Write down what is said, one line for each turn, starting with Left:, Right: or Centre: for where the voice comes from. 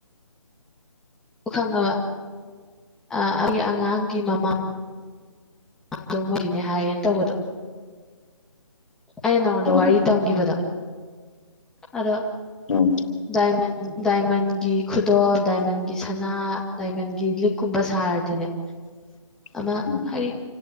Centre: ꯈꯪꯉꯕ ꯑ ꯑꯩꯒꯤ ꯑꯉꯥꯡꯒꯤ ꯃꯃꯥ ꯑꯇꯣꯡꯃꯒꯤꯅꯦ ꯍꯥꯏꯌꯦꯅ ꯇꯧꯕꯗꯣ ꯑꯩꯅ ꯅꯪꯉꯣꯟꯗ
Left: ꯎꯝ
Centre: ꯋꯥꯔꯤ ꯇꯝꯒꯤꯕꯗꯣ ꯑꯗꯣ
Left: ꯎꯝ
Centre: ꯗꯥꯏꯃꯟ ꯗꯥꯏꯃꯟꯒꯤ ꯈꯨꯗꯣꯞ ꯗꯥꯏꯃꯟꯒꯤ ꯁꯅꯥ ꯗꯥꯏꯃꯟꯒꯤ ꯂꯤꯛ ꯀꯨꯝꯕ ꯁꯥꯔꯗꯤꯅꯦ
Left: <inaudible>
Centre: ꯑꯃ
Left: ꯎꯝ
Centre: ꯍꯥꯏꯔꯤ